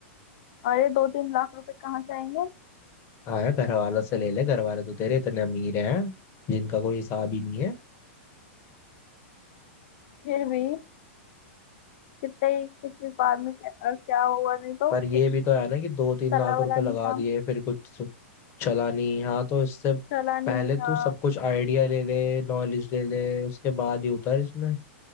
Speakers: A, on the left; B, on the left.
A: अरे दो तीन लाख रुपए कहाँ से आएंगे
B: आया घर वालों से ले ले घर वाले तो तेरे इतने अमीर हैं जिनका कोई हिसाब ही नहीं है
A: फिर भी कितने ही- किस व्यापार में क्या, अ, क्या हुआ नहीं तो
B: पर ये
A: कुछ
B: भी तो है ना कि दो तीन
A: चला
B: लाख
A: वाला
B: रुपए
A: नहीं
B: लगा
A: काम
B: दिए फिर कुछ चला नहीं हाँ तो इससे
A: चला
B: पहले
A: नहीं
B: तू
A: अ,
B: सब कुछ आइडिया ले ले नॉलेज ले ले उसके बाद ही उतर इसमें